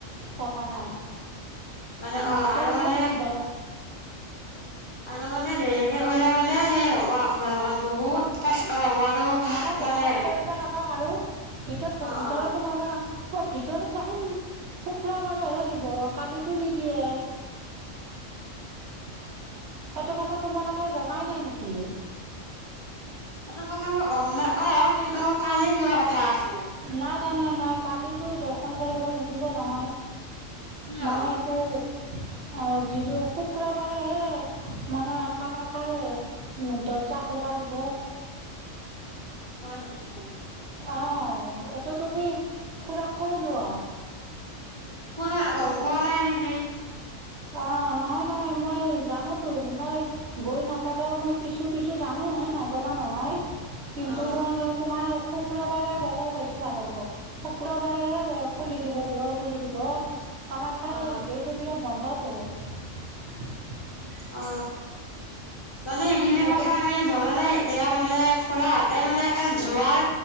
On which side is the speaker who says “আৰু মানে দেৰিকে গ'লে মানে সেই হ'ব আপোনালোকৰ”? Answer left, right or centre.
Left